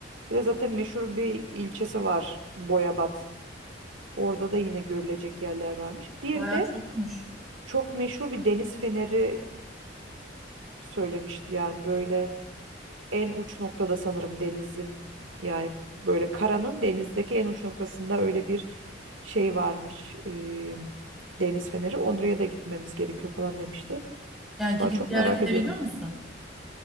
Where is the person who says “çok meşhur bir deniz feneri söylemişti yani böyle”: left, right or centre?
Right